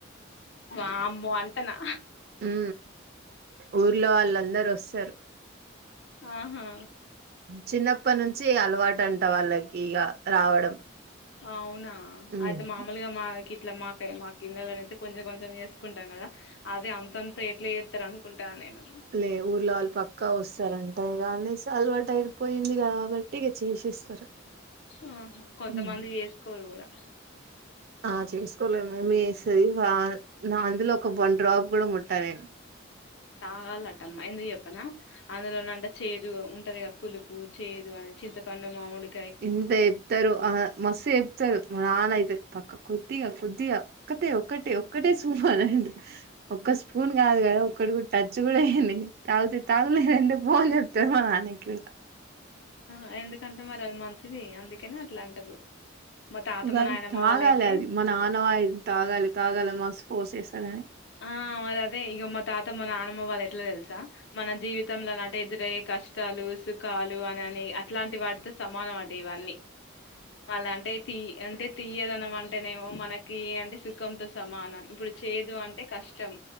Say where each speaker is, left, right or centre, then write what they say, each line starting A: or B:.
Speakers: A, on the left (about 60°); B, on the right (about 50°).
A: వా అమ్మో అంతనా
B: ఉ ఊర్లో వాళ్ళందరుూ వస్తారు
A: ఆహా
B: చిన్నప్ప నుంచి అలవాటు అంట వాళ్ళకి ఇక రావడం
A: అవునా
B: ఉమ్
A: అయితే మామూలుగా మాకి ఇట్లా మాక మా కిన్నలు అయితే కొంచెం కొంచెం చేసుకుంటాం కదా అదే అంతంత ఎట్లే చేస్తారు అనుకుంటాను నేను
B: లే ఊర్లో వాళ్ళు పక్కా వస్తారుంటాయి కానీసి అలవాటు తగిరిపోయింది కా కాబట్టి ఇక చేసేస్తారు
A: ఆహా కొంతమంది
B: ఉమ్.
A: చేసుకోరు కూడా
B: ఆ చేసుకోలేము మీ వస్తుంది నా అందులో ఒక వన్ డ్రాప్ కూడా ముట్టా నేను
A: తాగాలట్టమ్మా ఎందుకు చెప్పనా అందులోనంట చేదు ఉంటది క పులుపు చేదు అని చింతపండు మామిడి
B: ఇంత చెప్తారు ఆ మస్తు చెప్తారు మనాన అయితే పక్క కొద్దిగా కొద్దిగా ఒక్కటే ఒక్కటే ఒక్కటే చూపనండి ఒక్క స్పూన్ కదా ఒక్కటి కూడా టచ్ కూడా ఏంది తాగితే తాగులేదంటే ఫోన్ చెప్తారు మా నాన్నకి్య
A: ఆ ఎందుకంటే మరి అది మంచిది అందుకనే అట్లా అంటారు మా తాత మా
B: అది
A: నాయనమ్మ
B: తాగాలి
A: వాళ్ళయితే
B: అది మన నానవాయిది తాగాలి తాగాల మా స్ ఫోర్స్ చేసాలని
A: ఆ మరి అదే ఇక మా తాతమ్మ నానమ్మ వాళ్ళ ఎట్లా తెలుసా మన జీవితంలో ఎదురే కష్టాలు సుఖాలు అనిని అట్లాంటి వాటితో సమానం అట ఇవన్నీ మళ్ళా అంటే తీియ అంటే తీయదనం అంటేనేమో మనకి కి అంటే సుఖంతో సమానం ఇప్పుడు చేదు అంటే కష్టం